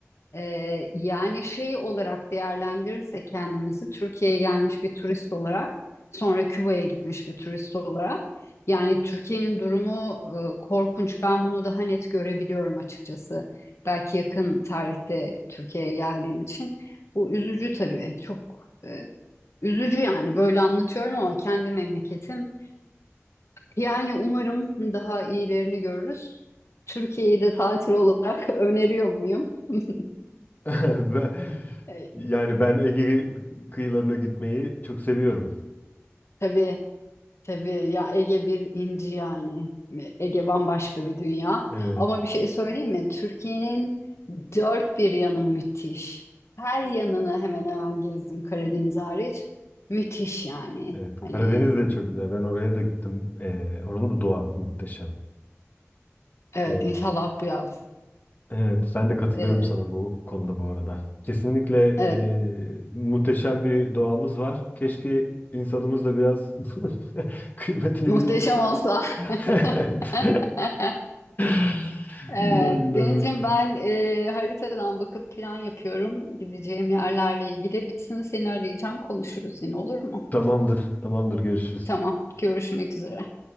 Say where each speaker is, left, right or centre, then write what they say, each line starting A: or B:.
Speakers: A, on the left; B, on the left.
A: Ee, yani şey olarak değerlendirirsek kendimizi Türkiye'ye gelmiş bir turist olarak sonra Küba'ya gitmiş bir turist olarak yani Türkiye'nin durumu e, korkunç. Ben bunu daha net görebiliyorum açıkçası. Belki yakın tarihte Türkiye'ye geldiğim için. Bu üzücü tabii. Çok e, üzücü yani böyle anlatıyorum ama kendi memleketim. Yani umarım daha iyilerini görürüz. Türkiye'yi de tatil olarak <laughs> öneriyor muyum? <laughs>
B: <laughs> Ben,
A: E,
B: yani ben Ege kıyılarına gitmeyi çok seviyorum.
A: tabii Tabii ya Ege bir inci yani. Ege bambaşka bir dünya.
B: Evet,
A: Ama bir şey söyleyeyim mi? Türkiye'nin dört bir yanı müthiş. Her yanını hemen hemen gezdim Karadeniz hariç. Müthiş yani.
B: evet.
A: Hani
B: Karadeniz de çok güzel. Ben oraya da gittim. E, oranın da doğası muhteşem.
A: evet
B: E,
A: inşallah bu yaz.
B: evet, ben de katılıyorum
A: Ee,
B: sana bu konuda bu arada. Kesinlikle
A: evet
B: e, muhteşem bir doğamız var. Keşke insanımız da biraz <laughs> kıymetini
A: muhteşem
B: bilip
A: olsa.
B: Evet.
A: <laughs>
B: <laughs>
A: Evet,
B: Bunlar günler.
A: Denizciğim ben e, haritadan bakıp plan yapıyorum gideceğim yerlerle ilgili. Bitsin seni arayacağım konuşuruz yine olur mu?
B: Tamamdır. Tamamdır. Görüşürüz.
A: Tamam. Görüşmek üzere.